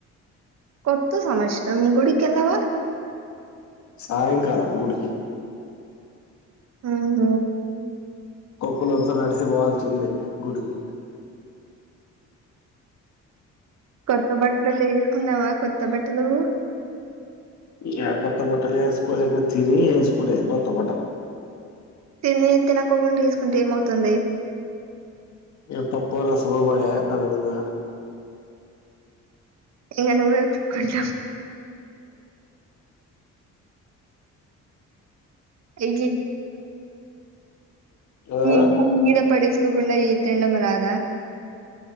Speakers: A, on the right; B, on the left.
A: కొత్త సంవత్సరం గుడికిెల్లవా
B: సయంకాలం గుడికి
A: హుమ్
B: కుక్కలాస్తే నడిచి పోవాల్సిందే గుడికి
A: కొత్త బట్టలేసుకున్నావా కొత్త బట్టలు
B: యా కొత్త బట్టలేసుకోిలేదు తిని వేసుకునేది కొత్త బట్టలు
A: తిని తినక్కోకుండా ఎసుకుంటే ఏమవుతుంది
B: ఇగ పప్పు రసము పాడే తనకుంన్న
A: ఇంగ నువ్వే ఉత్తుకుంటావ్ ఏగ
B: ఆ
A: ఇంకా మీద పడేసుకోకుండా ఈ తిండం రాదా